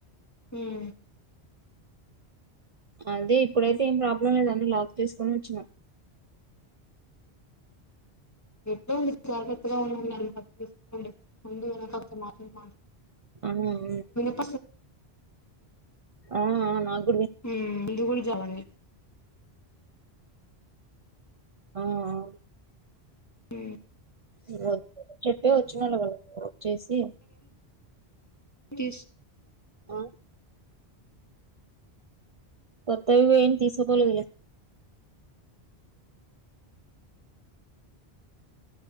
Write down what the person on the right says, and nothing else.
అది ఇప్పుడైతే ఏం ప్రాబ్లం లేదు అన్ని లాక్ చేసుకొని వచ్చిన.
ఉమ్ ఉం
ఆ ఆ నాక్
ఆ ఆ
ఇగో చెప్తే వచ్చినొల్లమే కాద వచ్చేసి
ఆ కొత్తవి ఏం తీసుకుపోలేదులే.